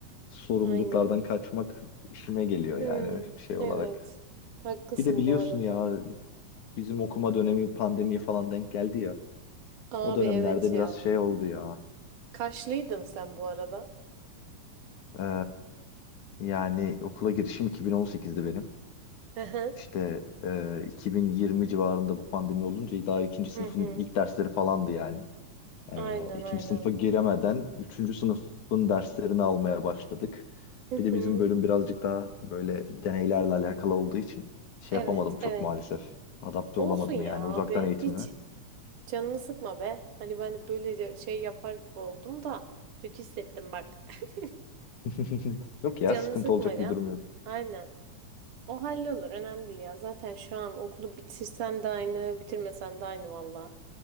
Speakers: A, on the left; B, on the right.
A: sorumluluklardan
B: aynen
A: kaçmak işime geliyor
B: Hmm,
A: yani şey olarak.
B: evet haklısın
A: Bir de biliyorsun
B: bu arada
A: ya bizim okuma dönemi pandemiye falan denk geldi ya.
B: abi
A: O dönemlerde
B: evet ya
A: biraz şey oldu ya.
B: Kaşlıydın sen bu arada.
A: Ee, yani okula girişim 2018'di benim.
B: Hı hı.
A: İşte e, 2020 civarında bu pandemi olunca daha ikinci sınıfın
B: Hı hı.
A: ilk dersleri falandı yani. Ee,
B: Aynen
A: ikinci
B: aynen.
A: sınıfa giremeden üçüncü sınıfın derslerini almaya başladık.
B: Hı
A: Bir de
B: hı.
A: bizim bölüm birazcık daha böyle deneylerle alakalı olduğu için şey
B: Evet
A: yapamadım çok
B: evet.
A: maalesef. Adapte
B: Olsun
A: olamadım
B: ya
A: yani
B: abi.
A: uzaktan eğitimi.
B: Hiç canını sıkma be. Hani ben böylece şey yapar gibi oldum da. Kötü hissettim bak. <laughs>
A: <laughs> Yok ya
B: Canını
A: sıkıntı
B: sıkma
A: olacak
B: ya.
A: bir durum yok.
B: Aynen. O hallolur. Önemli değil ya. Zaten şu an okulu bitirsen de aynı, bitirmesen de aynı valla.